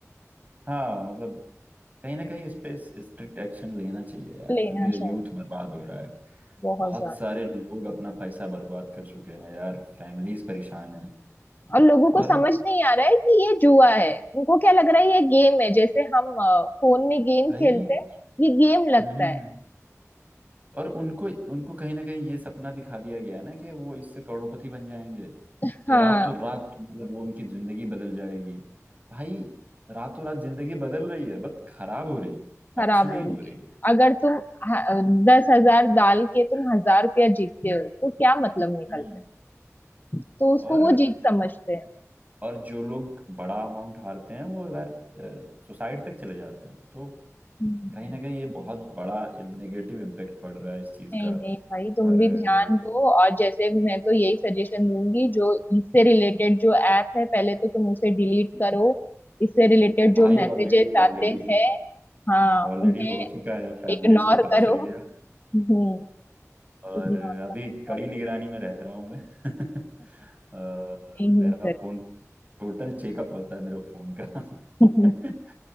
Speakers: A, on the right; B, on the left.
A: हाँ मतलब कहीं ना कहीं इस पे स्ट्रिक्ट एक्शन लेना चाहिए यार
B: लेना
A: क्योंकि
B: चाहिए
A: यूथ बर्बाद हो रहा है
B: बहुत
A: बहुत
B: ज्यादा
A: सारे लोग अपना पैसा बर्बाद कर चुके हैं यार फैमिलीज परेशान हैं
B: और लोगों
A: और
B: को समझ नहीं आ रहा है कि ये जुआ है उनको क्या लग रहा है ये गेम है जैसे हम अ, फोन में गेम
A: भाई
B: खेलते हैं ये गेम लगता
A: हम्म हम्म,
B: है
A: हम्म। और उनको उनको कहीं ना कहीं ये सपना दिखा दिया गया है ना कि वो इससे करोड़पति बन जाएंगे
B: हाँ
A: ये रातों रात मतलब वो उनकी जिंदगी बदल जाएगी भाई रातों रात जिंदगी बदल रही है बट खराब हो रही है
B: खराब
A: अच्छी नहीं
B: हो रही
A: हो रही
B: है
A: है
B: अगर तुम ह- दस हजार डाल के तुम हजार रुपया जीतते हो तो क्या मतलब निकलता
A: हम्म
B: है तो उसको
A: और
B: वो जीत समझते हैं
A: और जो लोग बड़ा अमाउंट हारते हैं वो यार सुसाइड तक चले जाते हैं तो
B: हम्म।
A: कहीं ना कहीं ये बहुत बड़ा नेगेटिव इम्पेक्ट पड़ रहा है इस चीज
B: नहीं
A: का
B: नहीं भाई तुम
A: और
B: भी
A: अ,
B: ध्यान दो और जैसे मैं तो यही सजेशन दूंगी जो इससे रिलेटेड जो ऐप है पहले तो तुम उसे डिलीट करो इससे रिलेटेड जो
A: भाई
B: मैसेजेस
A: ऑलरेडी ऑलरेडी
B: आते हैं हाँ
A: ऑलरेडी
B: उन्हें
A: हो चुका है फैमिलीज
B: इग्नोर
A: को पता
B: करो
A: चल गया
B: हम्म
A: और
B: इग्नोर
A: अभी
B: करो
A: कड़ी निगरानी में रह रहा हूँ मैं <laughs> अ,
B: नहीं
A: मेरा फोन टोटल चेकअप होता है मेरे फोन का
B: जरूर
A: <laughs>